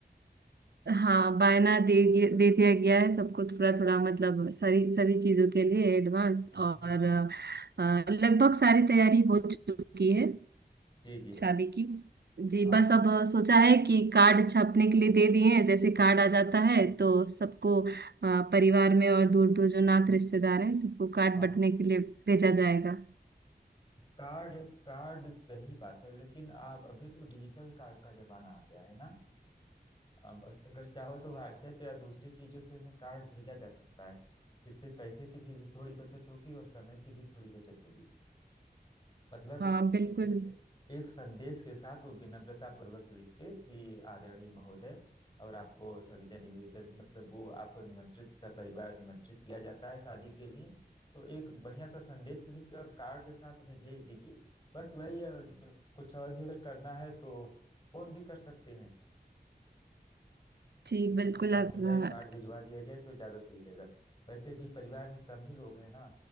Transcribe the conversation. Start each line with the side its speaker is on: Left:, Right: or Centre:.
Right: हाँ बायना दे गि- दे दिया गया है सबको थोड़ा थोड़ा मतलब सारी सभी चीजों के लिए एडवांस
Left: हम्म,
Right: और
Left: हम्म, हम्म।
Right: अ, लगभग सारी तैयारी हो चुकी है
Left: जी जी
Right: शादी की जी
Left: हाँ
Right: बस अब सोचा है कि कार्ड छापने के लिए दे दिए हैं जैसे कार्ड आ जाता है तो सबको अ, परिवार में और दूर दूर जो नात रिश्तेदार हैं सबको कार्ड
Left: हाँ
Right: बंटने के लिए भेजा जाएगा
Left: कार्ड कार्ड सही बात है लेकिन आप अभी तो डिजिटल कार्ड का जमाना आ गया है ना अब अगर चाहो तो व्हाट्सएप या दूसरी चीजों से उन्हें कार्ड भेजा जा सकता है इससे पैसे की भी, भी थोड़ी बचत होगी और समय की भी थोड़ी बचत होगी मतलब
Right: हाँ बिल्कुल
Left: ए- ए- एक संदेश के साथ वो विनम्रता पूर्वक लिख के कि आदरणीय महोदय और आपको सविनय निवेदन मतलब वो आपको निमंत्रित सपरिवार निमंत्रित किया जाता है शादी के लिए तो एक बढ़िया सा संदेश लिख के और कार्ड के साथ उन्हें भेज दीजिए बस वही अ, कुछ और भी अगर करना है तो फोन भी कर सकते हैं
Right: जी
Left: किसी
Right: बिल्कुल
Left: से बात
Right: आप
Left: हो जाए
Right: हाँ,
Left: कार्ड भिजवा दिया जाए तो ज्यादा सही रहेगा वैसे भी परिवार में कम ही लोग हैं ना